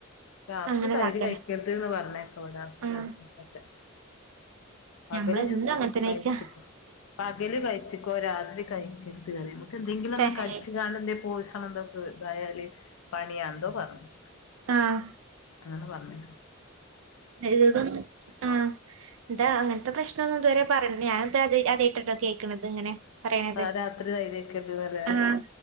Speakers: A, on the left; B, on the right.
A: രാത്രി
B: അങ്ങനെതാക്കലാ
A: തൈര് കഴിക്കരുത് ന് പറഞ്ഞേക്കവിടാന്റെ
B: ആഹ്
A: ഹസ്ബന്റോക്കെ പകല്
B: ഞമ്മളെന്നും
A: ചോ
B: അങ്ങൻതന്നെ
A: കഴിച്ചിക്കോ
B: കഴിക്കാ.
A: പകല് കഴിച്ചിക്കോ രാത്രി കഴിക്കരുത് പറയ അയ്ക്ക് എന്തെങ്കിലും ഒന്ന്
B: തന്നെ
A: കടിച്ച് കാണ എന്ത പോസണ എന്തോ ഇതായാല് പണിയാന്തോ പറഞ്ഞു
B: ആഹ്
A: ആ ന്ന് പറഞ്ഞ്
B: <unintelligible> ആ എന്താ അങ്ങനത്തെ പ്രശ്നം ന്ന് ഇതുരെ പറഞ്ഞു ഞാനത് അത് ആദ്യയിട്ടിട്ടോ കേൾക്കണന്നത് ഇങ്ങനെ പറയണത്
A: ത രാത്രി തൈര്ക്കരുത് നല്ലേ.
B: ആഹ്